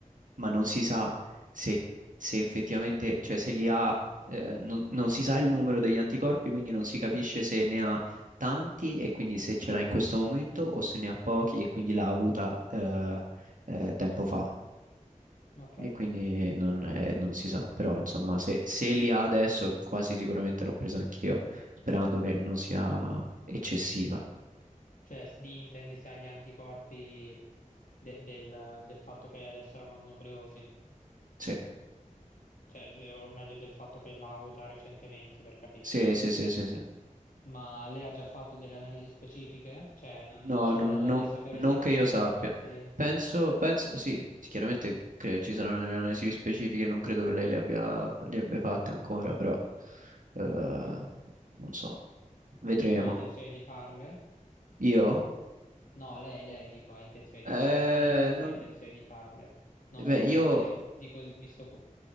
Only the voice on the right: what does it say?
ma non si sa
se, se effettivamente, cioè se li ha, eh, non, non si sa il numero degli anticorpi, quindi non si capisce se ne ha tanti e quindi se ce l'ha in questo momento o se ne ha pochi e quindi l'ha avuta eh, eh, tempo fa.
E quindi non, è- non si sa, però insomma se,
se li ha adesso quasi sicuramente l'ho presa anch'io, sperando che non sia eccessiva.
Sì.
Sì, sì, sì, sì, sì.
No,
non,
non-
non
che io
sappia. Penso, penso, sì, chiaramente cre- ci saranno delle analisi specifiche, non credo che lei le abbia, le abbia fatte ancora, però eh,
non so, vedremo.
Io?
Eh,
non-
beh,
io